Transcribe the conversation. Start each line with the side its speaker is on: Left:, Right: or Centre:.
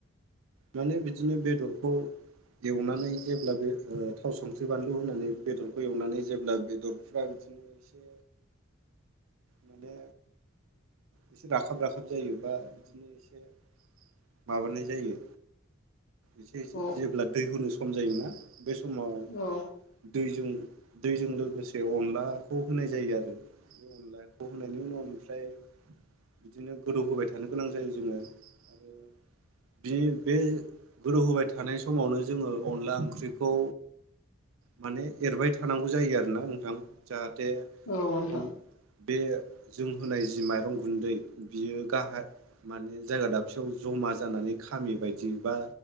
Right: माने बिदिनो बेदरखौ एवनानै जेब्ला बे थाव संख्रि बानलु होनानै बेदरखौ एवनानै जेब्ला बेदरफ्रा बिदिनो एसे माने एसे राखाब राखाब जायो बा बिदिनो एसे माबानाय जायो एसे एसे
Left: औ
Right: जेब्ला दै होनो खम जायोना बे समाव
Left: औ
Right: दैजों दैजों लोगोसे अनलाखौ होनाय जायो आरो बे अनलाखौ होनायनि उनाव ओमफ्राय बिदिनो गोदौ होबाय थानो गोनां जायो जोङो आरो बिनि बे गोदौ होबाय थानाय समावनो जोङो अनला ओंख्रिखौ माने एरबाय थानांगौ जायो आरोना नोंथां जाह दे
Left: औ नोंथां
Right: उन बे जों होनाय जि माइरं गुन्दै बियो गाहाय माने जायगा दाबसेयाव ज'मा जानानै खामि बायदि बा